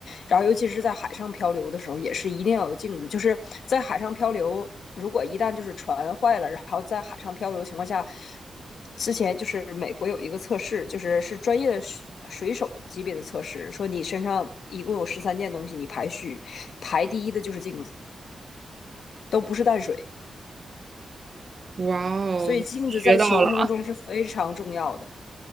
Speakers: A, on the left; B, on the right.
A: 然后，尤其是在海上漂流的时候，也是一定要有镜子。就是在海上漂流，如果一旦就是船坏了，然后在海上漂流的情况下，之前就是美国有一个测试，就是是专业的水手级别的测试，说你身上一共有十三件东西，你排序排第一的就是镜子，都不是淡水。
B: 哇哦，
A: 所以镜子在求生中是非常重要的。
B: 学到了，